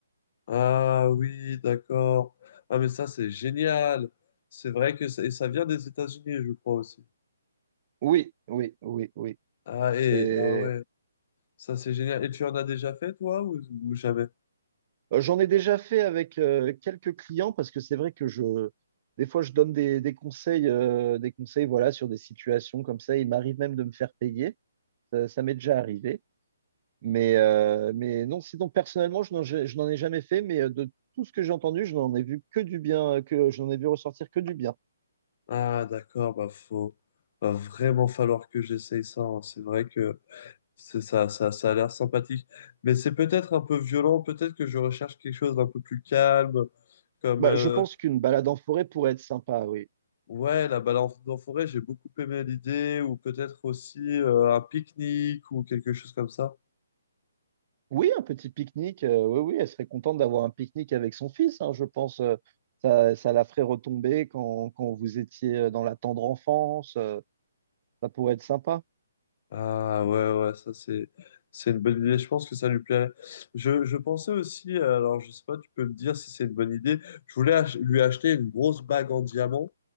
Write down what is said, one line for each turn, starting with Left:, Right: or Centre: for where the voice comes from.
Left: Ah oui, d'accord. Ah mais ça c'est génial. C'est vrai que ça, et ça vient des États-Unis, je crois aussi.
Right: Oui, oui, oui, oui.
Left: Ah et
Right: C'est,
Left: ah ouais. Ça, c'est génial. Et tu en as déjà fait, toi, ou, ou jamais?
Right: Euh, j'en ai déjà fait avec euh, quelques clients parce que c'est vrai que je, des fois, je donne des, des conseils, euh, des conseils, voilà, sur des situations comme ça. Il m'arrive même de me faire payer. Ça, ça m'est déjà arrivé. Mais, euh, mais non, sinon, personnellement, je n'en je- je n'en ai jamais fait, mais euh, de tout ce que j'ai entendu, je n'en ai vu que du bien, euh, que je n'en ai vu ressortir que du bien.
Left: Ah, d'accord, bah, faut, va vraiment falloir que j'essaye ça. hein. C'est vrai que c'est ça, ça, ça a l'air sympathique. Mais c'est peut-être un peu violent. Peut-être que je recherche quelque chose d'un peu plus calme, comme,
Right: Bah,
Left: euh,
Right: je pense qu'une balade en forêt pourrait être sympa, oui.
Left: ouais, la balade en en forêt, j'ai beaucoup aimé l'idée, ou peut-être aussi, euh, un pique-nique ou quelque chose comme ça.
Right: Oui, un petit pique-nique, euh, oui, oui, elle serait contente d'avoir un pique-nique avec son fils, hein, je pense. euh, ça, ça la ferait retomber quand, quand vous étiez euh, dans la tendre enfance, euh, ça pourrait être sympa.
Left: Ah ouais, ouais, ça c'est c'est une bonne idée. Je pense que ça lui plairait. Je, je pensais aussi, euh, alors je sais pas, tu peux me dire si c'est une bonne idée. Je voulais ach- lui acheter une grosse bague en diamant.